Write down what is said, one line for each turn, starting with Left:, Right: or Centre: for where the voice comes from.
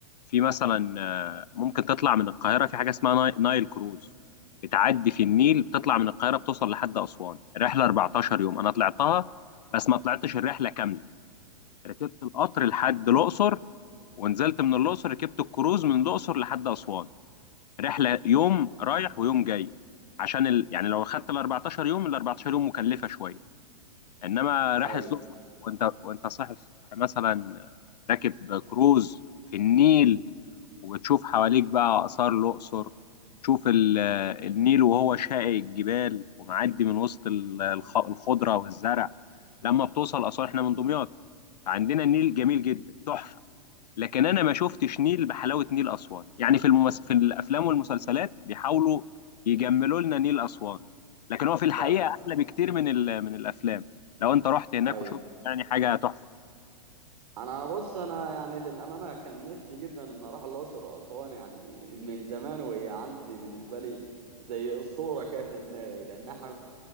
Left: في مثلا آه، ممكن تطلع من القاهره في حاجه اسمها ناي- نايل كروز بتعدي في النيل بتطلع من القاهره بتوصل لحد اسوان الرحله 14 يوم انا طلعتها بس ما طلعتش الرحله كامله ركبت القطر لحد الاقصر ونزلت من الاقصر ركبت الكروز من الاقصر لحد اسوان رحله يوم
Right: آه.
Left: رايح ويوم جاي عشان ال... يعني لو خدت ال 14 يوم ال 14 يوم مكلفه شويه انما رحله
Right: أيوه
Left: الاقصر وانت وانت صاحي الصبح مثلا راكب كروز في النيل وبتشوف حواليك بقى اثار الاقصر تشوف ال- النيل وهو شاقي الجبال ومعدي من وسط ال- الخ- الخضره والزرع لما بتوصل اسوان احنا من دمياط فعندنا النيل جميل جدا تحفه لكن انا ما شفتش نيل بحلاوه نيل اسوان يعني في الممس... في الافلام والمسلسلات بيحاولوا يجملوا لنا نيل اسوان لكن هو في الحقيقه
Right: فعلا
Left: احلى بكتير من ال... من الافلام لو انت رحت هناك
Right: أيوه
Left: وشفت يعني حاجه تحفه
Right: انا بص انا يعني للامانه كان نفسي جدا ان اروح الاقصر واسوان يعني من زمان وهي عندي بالنسبه لي زي اسطوره كده في دماغي لان احنا